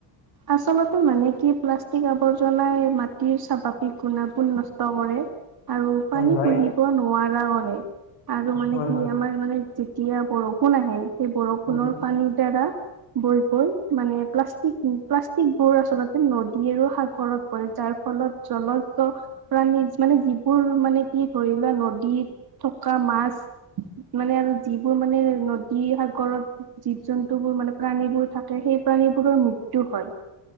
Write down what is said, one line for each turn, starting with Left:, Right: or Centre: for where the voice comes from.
Right: আচলতে মানে কি প্লাষ্টিক, আৱৰ্জনাই মাটিৰ স্বাভাৱিক গুণাগুণ নষ্ট কৰে আৰু
Left: হয়
Right: পানী
Left: হয়
Right: হুহিব নোৱাৰে। আৰু মানে
Left: হয়
Right: কি
Left: হয়
Right: আমাৰ মানে যেতিয়া বৰষুণ আহে, সোণৰ
Left: উম উম
Right: পানীৰ দ্বাৰা বৈ বৈ মানে প্লাষ্টিক প্লাষ্টিকবোৰ আচলতে নদীয়েদি সাগৰত পৰি যায়। ফলত জলচৰ প্ৰাণী মানে যিবোৰ মানে কি ধৰিলোৱা নদীত থকা। মাছ মানে আৰু যিবোৰ মানে নদী সাগৰত, জীৱ জন্তুবোৰ মানে প্ৰাণীবোৰ থাকে সেই প্ৰাণীবোৰৰ মৃত্যু হয়।